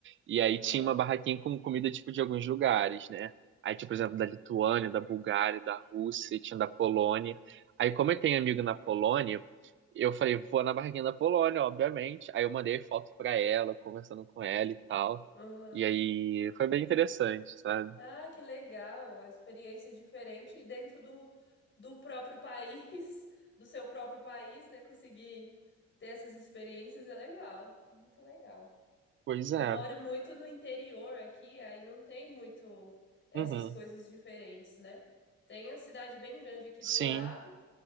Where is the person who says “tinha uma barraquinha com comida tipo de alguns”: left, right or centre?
Right